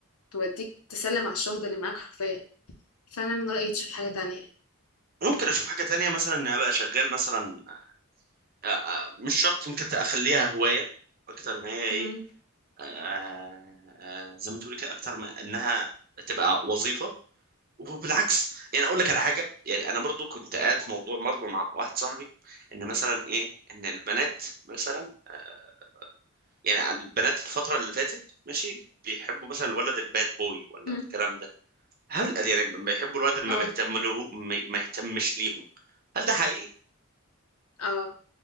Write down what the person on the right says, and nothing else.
ممكن اشوف حاجه تانية مثلا ان أنا ابقى شغال مثلا أ- أ- مش شرط ممكن اخليها هوايه اكتر ما هي ايه
آه، آه، زي ما تقولي كده اكتر ما انها تبقى وظيفه وبالعكس يعني اقول لك على حاجه يعني انا برضو كنت قاعد في موضوع برضو مع واحد صاحبي ان مثلا ايه ان البنات مثلا آه، يعني البنات الفتره اللي فاتت ماشي بيحبوا مثلا الولد الباد بوي ولا
الكلام ده هل يعني بيحبوا الولد اللي
ما بيهتم له ما ما يهتمش ليهم هل ده حقيقي